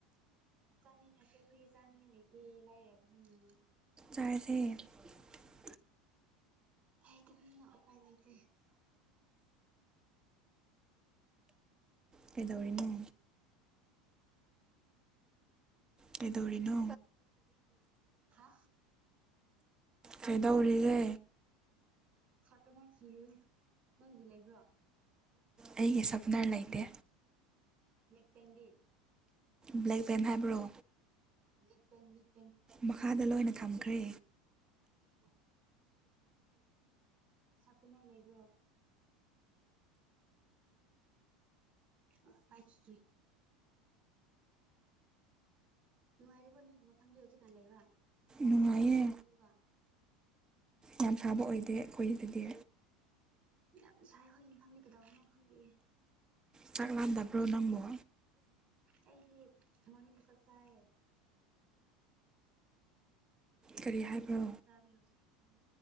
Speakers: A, on the right; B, on the right.
A: ꯆꯥꯅꯤꯡꯉꯥꯁꯨ ꯑꯩꯈꯣꯏꯒꯤ ꯆꯥꯅꯤꯡꯉꯥꯏ ꯂꯩꯇꯦ ꯂꯥꯏꯔꯕꯅꯤꯅ
B: <unintelligible>
A: ꯂꯩ ꯇꯥꯕꯅ ꯎꯄꯥꯏ ꯂꯩꯇ
B: ꯀꯩꯗꯧꯔꯤꯅꯦ ꯀꯗꯧꯔꯤꯅꯣ
A: ꯍꯥ
B: ꯀꯩꯗꯧꯔꯤꯒꯦ
A: ꯁꯥꯄꯅ ꯊꯤꯔꯤ ꯅꯪꯒꯤ ꯂꯩꯕ꯭ꯔꯣ
B: ꯑꯩꯒꯤ ꯁꯛꯅꯥ ꯂꯩꯇꯦ
A: ꯌꯦ ꯇꯗꯤ
B: ꯕ꯭ꯂꯦꯛ ꯄꯦꯟ ꯍꯥꯏꯕ꯭ꯔꯣ
A: ꯂꯤꯛꯄꯦꯟ ꯂꯤꯛꯄꯦꯟ
B: ꯃꯈꯥꯗ ꯂꯣꯏꯅ ꯊꯝꯈ꯭ꯔꯦ
A: ꯑꯣ ꯁꯄꯅꯔ ꯂꯩꯕ꯭ꯔꯣ ꯑ ꯄꯥꯏꯈꯤꯒꯦ ꯅꯨꯡꯉꯥꯏꯔꯤꯕ ꯅꯣꯏꯒꯤ ꯃꯐꯝꯗꯤ ꯍꯧꯖꯤꯛꯀꯥꯟ ꯂꯩꯕ
B: ꯅꯨꯡꯉꯥꯏꯌꯦ
A: ꯁꯥꯔꯤꯕꯗꯨꯒ
B: ꯌꯥꯝ ꯁꯥꯕ ꯑꯣꯏꯗꯦ ꯑꯩꯈꯣꯏꯒꯤꯗꯗꯤ
A: ꯌꯥꯝ ꯁꯥꯏ ꯍꯣꯏ ꯌꯨꯝꯐꯝꯅꯤ ꯀꯩꯗꯧꯅꯣ ꯈꯪꯗꯑꯦ
B: ꯆꯥꯛ ꯂꯥꯟ ꯗꯥꯕ꯭ꯔꯥꯅꯪꯕ
A: ꯑꯩꯗꯤ ꯃꯅꯤꯡꯗ ꯆꯞ ꯆꯥꯏꯌꯦ
B: ꯀꯔꯤ ꯍꯥꯏꯕ꯭ꯔꯣ
A: ꯏꯟꯁꯕ ꯁꯤꯁ ꯇ